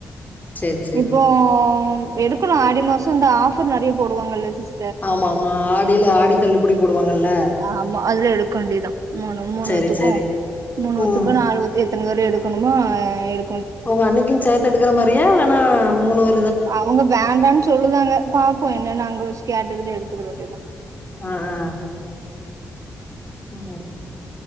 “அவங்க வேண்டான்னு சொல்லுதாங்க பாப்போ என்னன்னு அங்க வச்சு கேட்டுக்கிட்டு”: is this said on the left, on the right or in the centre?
Right